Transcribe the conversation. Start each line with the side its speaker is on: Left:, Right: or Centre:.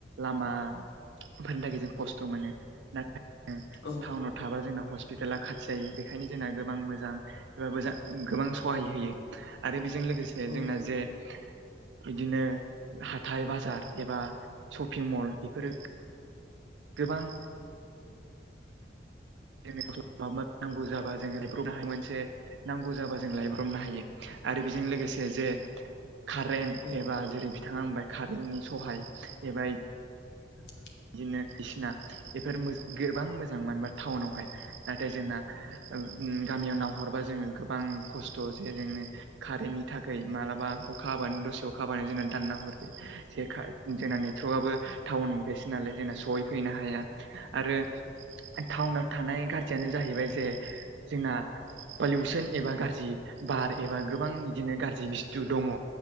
Right: लामाफोरनि थाखाय जों खस्थ' मोनो नाथाय
Left: औ
Right: टाउनाव थाबा जोंना हस्पिटाला खाथि जायो बेनिखायनो जोंना गोबां मोजां एबा मोजां गोबां सहाय होयो आरो बेजों लोगोसे
Left: औ
Right: जोंना जे बिदिनो हाथाय बाजार एबा शपिं मल बेफोरो गोबां जेनेबा माबा माबि नांगौ जाबा जोङोहाय मोनसे नांगौ जाबा जों लायब्रबनो हायो आरो बेजों लोगोसे जे खारेन्ट
Left: औ
Right: एबा जेरै बिथाङा बुंबाय खारेन्टनि सहाय एबा
Left: <unintelligible>
Right: बिदिनो बायदिसिना बेफोर गोबां मोजां मानो होनबा टाउनावहाय नाथाय जोंना ओ ओ गामियाव नाहरबा जोङो गोबां खस्थ' जे जोंनो खारेेनटनि थाखाय मालाबा अखा हाबानो दसे अखा हाबानो जोंना दानना हरो जेखा जोंना नेथ'बाबो टाउननि बेसो नालाय जोंना सहै फैनो हाया आरो टाउनाव थानाय गार जियानो जाहैबाय जे जोंना पलिउसन एबा गारजि बार एबा गोबां बिदिनो गारजि बुस्थु दङ।